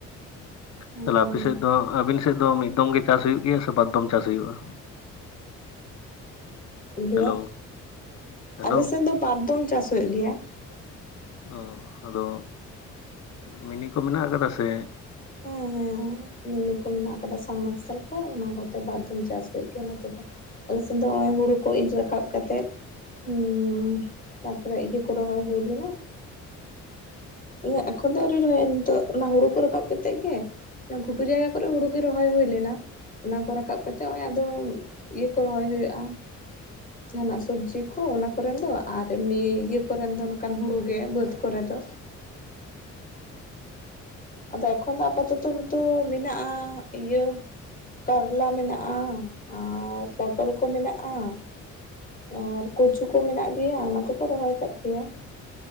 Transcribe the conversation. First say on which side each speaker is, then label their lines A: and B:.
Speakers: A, on the left; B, on the left.
A: ᱦᱩᱸ
B: ᱛᱟᱦᱞᱮ ᱟᱯᱮ ᱥᱮᱫ ᱫᱚ, ᱟᱹᱵᱤᱱ ᱥᱮᱫ ᱫᱚ ᱢᱤᱫ ᱫᱚᱢ ᱜᱮ ᱪᱟᱥ ᱦᱩᱭᱩᱜ ᱜᱮᱭᱟ ᱥᱮ ᱵᱟᱨ ᱫᱚᱢ ᱪᱟᱥ ᱦᱩᱭᱩᱜᱼᱟ?
A: ᱜᱮᱭᱟ᱾
B: ᱦᱮᱞᱳ ᱦᱮᱞᱳ
A: ᱟᱞᱮ ᱥᱮᱫ ᱫᱚ ᱵᱟᱨ ᱫᱚᱢ ᱪᱟᱥ ᱦᱩᱭᱩᱜ ᱜᱮᱭᱟ ᱾
B: ᱦᱩᱸ ᱟᱫᱚ ᱢᱤᱱᱤ ᱠᱚ ᱢᱮᱱᱟᱜ ᱠᱟᱫᱟ ᱥᱮ?
A: ᱦᱮᱸ ᱦᱮᱸ ᱢᱤᱱᱤ ᱠᱚ ᱢᱮᱱᱟᱜ ᱟᱠᱟᱫᱼᱟ, ᱥᱟᱵᱢᱟᱨᱥᱟᱞ ᱠᱚ ᱚᱱᱟ ᱠᱚᱛᱮ ᱵᱟᱨ ᱫᱩᱢ ᱪᱟᱥ ᱦᱩᱭᱩᱜ ᱜᱮᱭᱟ, ᱱᱚᱛᱮ ᱫᱚ᱾ ᱟᱞᱮ ᱥᱮᱱ ᱫᱚ ᱱᱚᱜᱼᱚᱭ ᱦᱩᱲᱩ ᱠᱚ ᱤᱨ ᱨᱟᱠᱟᱵ ᱠᱟᱛᱮᱜ ᱦᱩᱸ ᱛᱟᱯᱚᱨᱮ ᱤᱭᱟᱹ ᱠᱚ ᱨᱚᱦᱚᱭ ᱦᱩᱭ ᱞᱮᱱᱟ ᱾ ᱢᱟᱱᱮ ᱮᱠᱷᱚᱱ ᱫᱚ ᱟᱹᱣᱨᱤ ᱨᱚᱦᱚᱭ ᱚᱜᱼᱟ ᱛᱚ, ᱱᱤᱛᱚᱜ ᱚᱱᱟ ᱦᱩᱲᱩ ᱠᱚ ᱨᱟᱠᱟᱵ ᱠᱟᱛᱮ ᱛᱮᱫ ᱜᱮ, ᱜᱷᱩᱴᱩ ᱡᱟᱭᱜᱟ ᱠᱚᱨᱮ ᱦᱩᱲᱩ ᱜᱮ ᱨᱚᱦᱚᱭ ᱦᱩᱭ ᱞᱮᱱᱟ᱾ ᱚᱱᱟ ᱠᱚ ᱨᱟᱠᱟᱵ ᱠᱟᱛᱮᱜ ᱱᱚᱜᱼᱚᱭ ᱟᱫᱚ ᱤᱭᱟᱹ ᱠᱚ ᱨᱚᱦᱚᱭ ᱦᱩᱭᱩᱜᱼᱟ? ᱡᱟᱦᱟᱱᱟᱜ ᱥᱚᱵᱽᱡᱤ ᱠᱚ, ᱚᱱᱟ ᱠᱚᱨᱮᱱ ᱫᱚ ᱟᱨ ᱮᱢᱱᱤ ᱤᱭᱟᱹ ᱠᱚᱨᱮᱱ ᱫᱚ ᱱᱚᱝᱠᱟᱱ ᱦᱩᱲᱩ ᱜᱮ ᱵᱟᱹᱫᱽ ᱠᱚᱨᱮ ᱫᱚ ᱟᱫᱚ ᱮᱠᱷᱚᱱ ᱫᱚ ᱟᱯᱟ ᱛᱚᱛᱚ ᱫᱚ ᱢᱮᱱᱟᱜᱼᱟ, ᱤᱭᱟᱹ ᱠᱟᱨᱞᱟ ᱢᱮᱱᱟᱜᱼᱟ ᱟᱨ ᱯᱚᱴᱚᱞ ᱠᱚ ᱢᱮᱱᱟᱜᱼᱟ᱾ ᱟᱨ ᱠᱩᱪᱩ ᱠᱚ ᱢᱮᱱᱟᱜ ᱜᱮᱭᱟ᱾ ᱚᱱᱟ ᱠᱚᱠᱚ ᱨᱚᱦᱚᱭ ᱠᱟᱫ ᱜᱮᱭᱟ᱾